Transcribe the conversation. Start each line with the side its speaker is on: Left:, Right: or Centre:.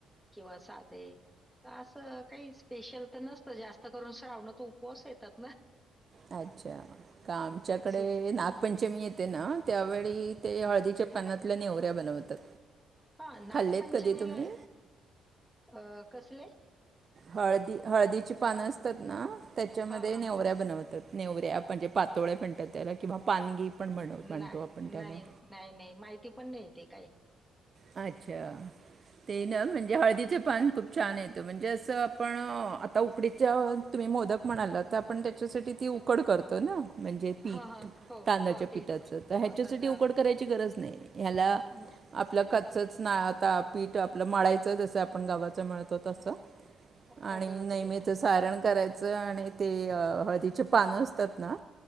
Centre: किंवा साधे असं काही स्पेशल तर नसतं जास्त करून श्रावण तो उपवास येतात ना?
Right: अच्छा का आमच्याकडे
Centre: सो
Right: नागपंचमी येते ना? त्यावेळी ते हळदीच्या
Centre: हां,
Right: पानातल्या नेवऱ्या बनवतात
Centre: हां. नागपंचमीला
Right: खाल्लेत कधी तुम्ही,
Centre: अ कसले?
Right: हळदी हळदीची पान त्याच्यामध्ये
Centre: हां, हां.
Right: नेवऱ्या बनवतात नेवऱ्या म्हणजे पातोळ्या म्हणतात त्याला किंवा पानगी पण म्हणू म्हणतो
Centre: ना
Right: आपण
Centre: नाही
Right: त्याला
Centre: नाही नाही माहिती पण नाही ते काही
Right: अच्छा ते ना म्हणजे हळदीचं पान खूप छान येतं म्हणजे अस. तर आपण आता उकडीच्या तुम्ही मोदक म्हणाला तर आपण त्याच्यासाठी ती उकडी करतो ना? म्हणजे पीठ
Centre: हां, हां. हो,
Right: तांदळाचं
Centre: हो. पीठ
Right: पीठाचं तर ह्याच्यासाठी
Centre: हो तांदळाचं
Right: उकड
Centre: पीठ.
Right: करायची गरज नाही ह्याला.
Centre: मग
Right: आपलं कच्च ना आता पीठ आपलं मळाायचं जसं आपण गावाचं मिळतो तसं आणि
Centre: तांदळाचं
Right: नेहमीच
Centre: पीठ.
Right: सारण करायचं आणि ते हळदीचे पानं
Centre: हां, हां.
Right: असतात ना?